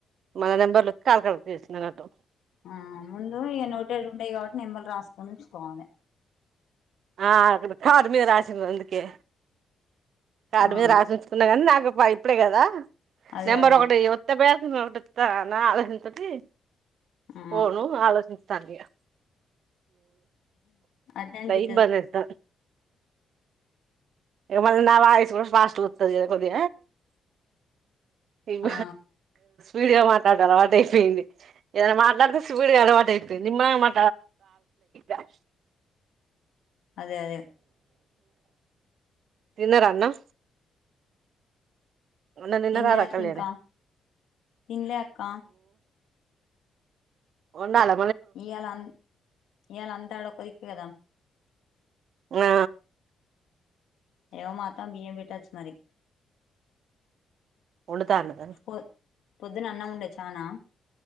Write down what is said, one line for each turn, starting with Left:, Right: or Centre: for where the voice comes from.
Right: మన నెంబర్ లక్ కాల్ కరెక్ట్ చేసిందన్నట్టు
Left: ఆ ముందు ఇగ నొటెడ్ ఉండయి కాబట్టి నెంబర్లు రాసుకొని ఉంచుకోవాలి
Right: ఆ అ కారు మీద రాశ అందుకే కాడ
Left: ఆ
Right: మీద రాసి ఉంచుకున్నా కానీ నాకు ఇప్పుడే కదా
Left: అదే
Right: నెంబర్
Left: అదే
Right: ఒకటి ఒత్త బ టిత్త నాలా ఎంతది
Left: ఆ
Right: కోను ఆలోచించస్తానుగా
Left: అదేం బ
Right: ఇం బందంత మ నా బవిస్ వర్ష వాస్ట్ కొది ఏవ
Left: ఆ
Right: వీడియో మాట్లాడతారు అట అయిపోయింది ఏదైన్న మాట్లాడుతే శివుడి కి అలవాటైతే సినిమా మా <unintelligible>
Left: అదే అదే
Right: తిన్నార అన్నం అన్నం తిన్నారారా
Left: తిన్లేక్క
Right: కళ్యాణి
Left: ఇంకా తిన్లే అక్క
Right: ఉన్నాళ
Left: ఇయాళ అన్ ఇయ్యలా అంతా అడ ఒక్కదిక్కే కదా
Right: ఆ
Left: ఏవో మా అత్తమ్మ బియం పెట్టచ్చు మరి
Right: వొండుతండుతరు
Left: పొ పొద్దున అన్నం ఉండే చానా